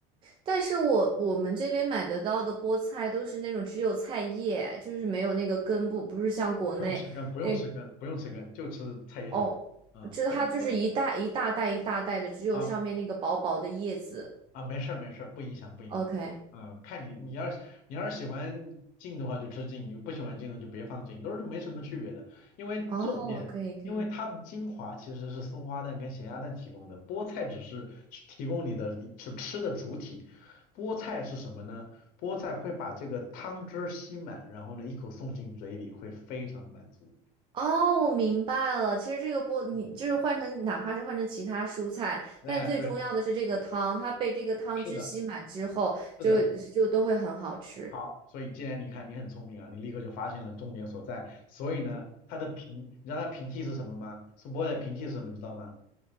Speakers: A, on the right; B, on the left.
A: 但是我我们这边买得到的菠菜都是那种只有菜叶，就是没有那个根部，不是像国内那
B: 不用吃根，不用吃根，不用吃根，就吃菜叶就可以。
A: 哦，
B: 嗯，
A: 这它就是一袋一大袋一大袋的，
B: 根根
A: 只有上面那个薄薄的叶子。
B: 啊啊，没事儿没事儿，不影响不影响。
A: OK，
B: 嗯，看你你要是你要是喜欢静的话就吃静，你不喜欢静的就别放静，都是没什么区别的。因为重点，
A: 哦，可以可以，
B: 因为它的精华其实是松花蛋跟咸鸭蛋提供的，菠菜只是提供你的是吃的主体。菠菜是什么呢？菠菜会把这个汤汁儿吸满，然后呢一口送进嘴里，会非常满足。
A: 哦，我明白了。其实这个菠，你就是换成哪怕是换成其他蔬菜，
B: 嗯，哎，
A: 但最重要的是这个汤，
B: 对，
A: 它被这个汤汁吸满之后，
B: 是的，是的。
A: 就就都会很好吃。
B: 好，所以既然你看你很聪明啊，你立刻就发现了重点所在。所以呢，它的平，你知道它的平替是什么吗？苏泊的平替是什么？你知道吗？